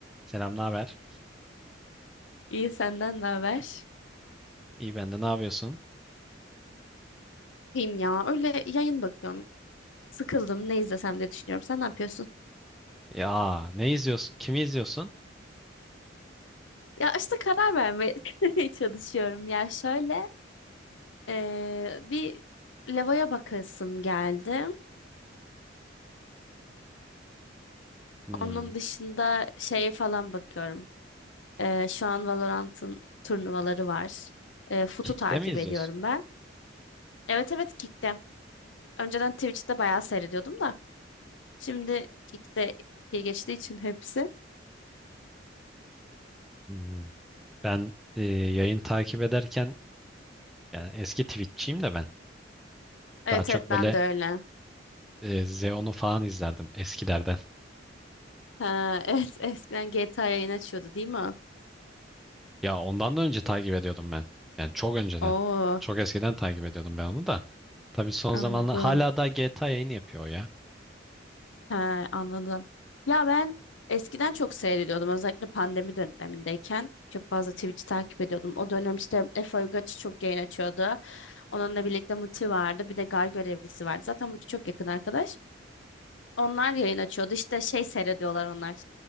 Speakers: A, in the centre; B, on the left.
A: Selam, ne haber?
B: İyi senden ne haber?
A: İyi ben de ne yapıyorsun?
B: İyiyim ya. Öyle yayın bakıyorum. Sıkıldım. Ne izlesem diye düşünüyorum. Sen ne yapıyorsun?
A: Ya ne izliyorsun? Kimi izliyorsun?
B: Ya işte karar vermeye <laughs> çalışıyorum. Ya şöyle eee, bir levaya bakasım geldi.
A: Hmm.
B: Onun dışında şeye falan bakıyorum. Eee, şu an Valorant'ın turnuvaları var. Eee FUT'u
A: Kick'te
B: takip
A: mi izliyorsun?
B: ediyorum ben. Evet evet Kick'te. Önceden Twitch'te bayağı seyrediyordum da. Şimdi Kick'te geçtiği için hepsi.
A: Hmm. Ben e, yayın takip ederken yani eski Twitch'çiyim de ben.
B: Evet
A: Daha çok
B: evet
A: böyle
B: ben de öyle.
A: e, Zeon'u falan izlerdim eskilerden.
B: Ha, evet eskiden GTA yayın açıyordu değil mi?
A: Ya ondan da önce takip ediyordum ben. Yani çok önceden.
B: Oo
A: Çok eskiden takip ediyordum ben onu da. Tabii son
B: anladım.
A: zamanlar hala da G GTA yayını yapıyor o ya.
B: Ha, anladım. Ya ben eskiden çok seyrediyordum özellikle pandemi dönemindeyken. Çok fazla Twitch'i takip ediyordum. O dönem işte Efe Uygaç'ı çok yayın açıyordu. Onunla birlikte Muti vardı. Bir de Gar Görevlisi vardı. Zaten Muti çok yakın arkadaş. Onlar yayın açıyordu. İşte şey seyrediyorlar onlar.